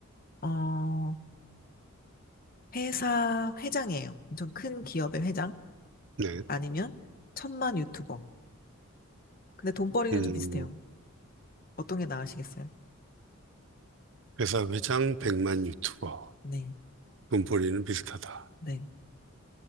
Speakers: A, on the left (about 40°); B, on the right (about 60°).
A: 어, 회사 회장이에요. 엄청 큰 기업의 회장?
B: 네.
A: 아니면 천만 유튜버. 근데 돈벌이는
B: 음,
A: 좀 비슷해요. 어떤 게 나으시겠어요?
B: 회사 회장 100만 유튜버.
A: 네,
B: 돈벌이는 비슷하다.
A: 네.